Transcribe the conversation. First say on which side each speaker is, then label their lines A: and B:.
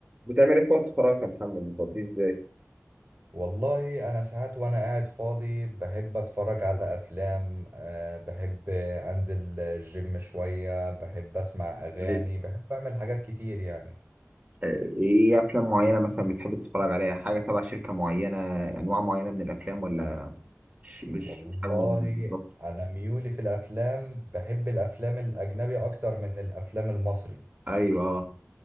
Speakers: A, on the right; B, on the right.
A: بتعمل ايه في وقت فراغك يا محمد بتقضيه ازاي
B: والله انا ساعات وانا قاعد فاضي بحب اتفرج على افلام أه بحب انزل الجيم شوية بحب اسمع اغاني
A: طيب،
B: بحب اعمل حاجات كتير يعني
A: آه، ايه افلام معينه مثلا بتحب تتفرج عليها حاجه تبع شركه معينه انواع معينه من الافلام ولا مش مش
B: والله
A: حاجه معينة بالظبط
B: انا ميولي في الافلام بحب الافلام الاجنبي اكتر من الافلام المصري
A: ايوه اه